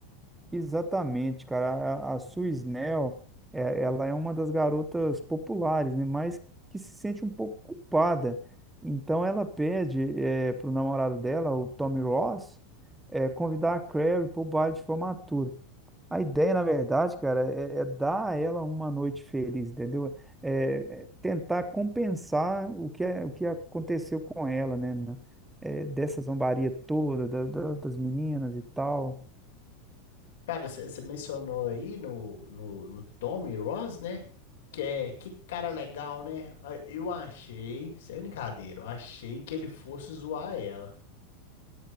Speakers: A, in the centre; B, on the left.
A: Exatamente, cara. A, a Suisnel, é, ela é uma das garotas populares, né? Mas que se sente um pouco culpada. Então ela pede é, pro namorado dela, o Tommy Ross, é, convidar a Carrie pro baile de formatura. A ideia, na verdade, cara, é, é dar a ela uma noite feliz, entendeu? É, é tentar compensar o que, é, o que aconteceu com ela, né? na- É, dessa zombaria toda, da- da- das meninas e tal.
B: Cara, você mencionou aí no, no, no Tommy Ross, né? Que é que cara legal, né? Ah, Eu achei, sem brincadeira, eu achei que ele fosse zoar ela.